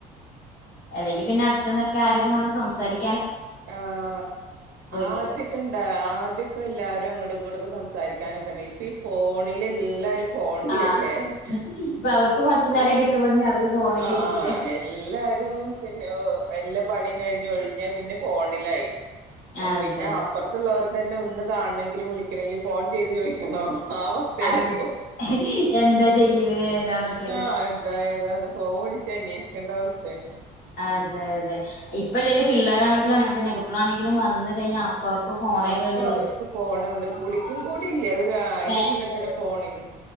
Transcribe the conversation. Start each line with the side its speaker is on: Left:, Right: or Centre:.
Left: എല്ലെങ്കി പിന്നെ അട്ത്ത്ന്നൊക്കെ ആരെലും വന്ന് സംസാരി
Right: ആഹ് ആദ്യൊക്കെ
Left: കിട്ടും
Right: ഇണ്ടാ ആദ്യക്കെ എല്ലാരും അങ്ങടും ഇങ്ങടും സം സാരിക്കാനൊക്കെണ്ടെ പ്പീ ഫോണിലെല്ലാരും ഫോണിലെല്ലേഹ
Left: ആഹ് ഇപ്പൊ അവർക്ക് കുറച്ചു
Right: ഹ
Left: നേരം കിട്ടുമ്പോത്തിന് അവര് ഫോണിലിരിക്കൂലേ
Right: ആഹ് എല്ലാരും പിന്നെ എല്ലാ പണിയും കഴിഞ്ഞൊഴി പിന്നെ ഫോണിലായി
Left: അതെ
Right: പിന്നെ അപ്പറ്ത്തുപ്പർ തന്നെ ഒന്ന് കാണെങ്കിലും വിളിക്കണെങ്കിൽ ഫോൺ ചെയ്ത് ചോദിക്കണോ? ആ അവസ്‌തെണ്
Left: അതെ
Right: ഇപ്പൊ
Left: എന്താ ചെയ്യണ് ഏതാന്നൊക്കെല്ലേ
Right: ആഹ് എന്താ ഏതാണ് ഫോൺ വിളിച്ചന്വേഷിക്കണ്ട അവസ്തേണ്.
Left: അതെ അതെ ഇപ്പല്ലെല് പിള്ളേരാണെങ്കിലും അങ്ങൻത്തന്നെ കുട്ട്യാളാണെങ്കിലും വന്ന് കഴിഞ്ഞാ അപ്പ അവർക്ക് ഫോണേ
Right: അപ്പൊ
Left: വേണ്ടുള്ളൂ
Right: അവർക്ക് ഫോൺ വേണ്ടെ
Left: ആഹ്
Right: കുളിക്കും കൂടി ഇല്ല അത് അയിന്റെ
Left: വേണ്ടേ
Right: മുന്നേ തന്നെ ഫോണില്